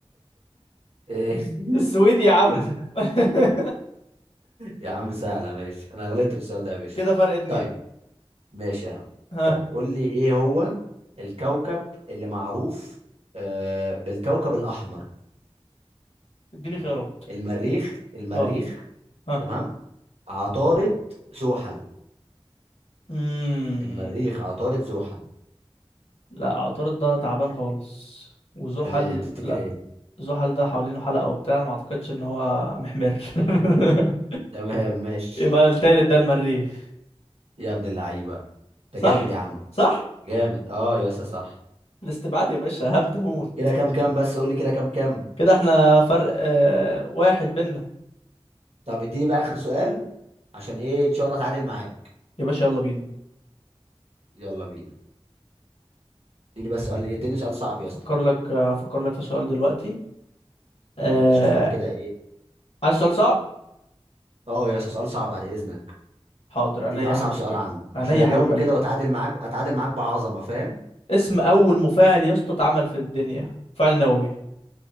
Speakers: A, on the right; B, on the left.
A: ايه
B: <laughs>
A: <laughs>
B: السويد يا عم
A: <laughs>
B: <laughs>
A: يا عم سهلة ماشي انا غلطت في السؤال ده يا باشا
B: كده فرق اتنين
A: طيب ماشي يا عم
B: ها
A: طيب قول لي ايه هو الكوكب اللي معروف آه بالكوكب الاحمر
B: اديني خيارات
A: المريخ المريخ
B: اه ها
A: تمام عطارد زحل
B: مم.
A: المريخ عطارد زحل
B: لا اعترض ده تعبان خالص وزحل
A: تمام تفتكر
B: لا
A: ايه
B: زحل ده حوالينه حلقة وبتاع ما اعتقدش ان هو محمر <laughs>
A: تمام ماشي
B: يبقى التالت ده المريخ
A: يا ابن اللعيبه
B: صح
A: انت جامد يا عم
B: صح
A: جامد اه يا اسطى صح
B: الاستبعاد يا باشا هبد موت
A: كده كام كام بس قول لي كده كام كام
B: كده احنا فرق آه واحد بينا
A: طب اديني بقى اخر سؤال عشان ايه ان شاء الله اتعادل معاك
B: يا باشا يلا بينا
A: يلا بينا اديني بس سؤال ايه اديني سؤال صعب يا
B: افكر
A: اسطى
B: لك افكر لك في سؤال دلوقتي آه
A: اديني يا باشا سؤال كده ايه
B: عايز سؤال صعب
A: اه يا اسطى سؤال صعب بعد اذنك
B: حاضر عينيا
A: اديني
B: يا
A: اصعب
B: حبيب
A: سؤال
B: قلبي
A: عنه
B: عينيا
A: عشان
B: يا
A: اجاوب
B: حبيب قلبي
A: كده واتعادل معاك اتعادل معاك بعظمه فاهم
B: اسم اول مفاعل يا اسطى اتعمل في الدنيا مفاعل نووي